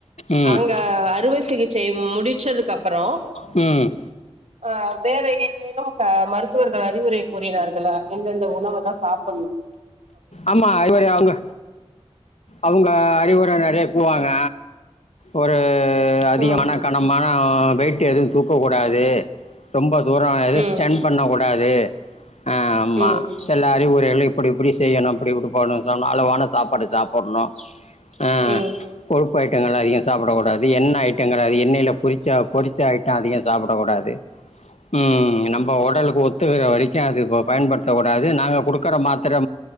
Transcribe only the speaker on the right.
அங்க அறுவை சிகிச்சை முடிச்சதுக்கு அப்றோ
அ வேற ஏதேனும் மருத்துவர்கள் அறிவுரை கூறினார்களா எந்தெந்த உணவுதா சாப்ப
ம்
ம்
ம்
ம்
<inaudible>